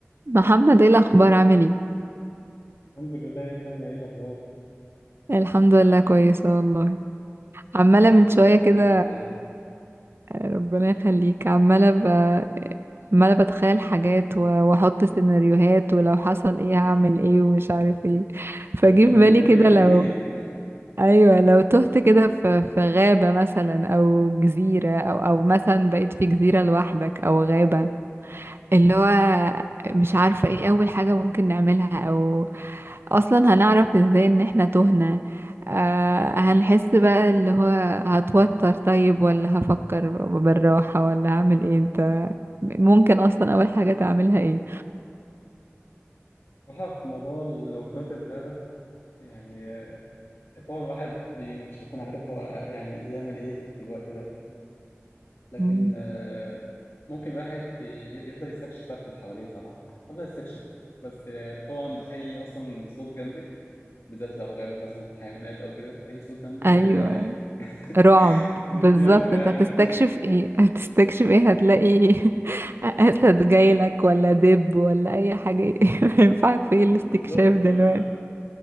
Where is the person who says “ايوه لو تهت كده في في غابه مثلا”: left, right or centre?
Right